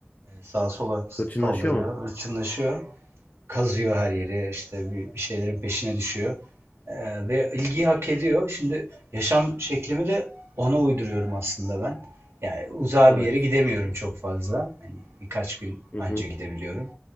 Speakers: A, on the right; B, on the left.
A: sağa sola saldırıyor,
B: Hırçınlaşıyor mu?
A: hırçınlaşıyor. Kazıyor her yeri, işte bir, bir şeylerin peşine düşüyor. Ee, ve ilgiyi hak ediyor. Şimdi yaşam şeklimi de ona uyduruyorum aslında ben. Yani uzağa
B: Evet.
A: bir yere gidemiyorum çok fazla. Hani birkaç gün
B: Hı
A: anca
B: hı.
A: gidebiliyorum.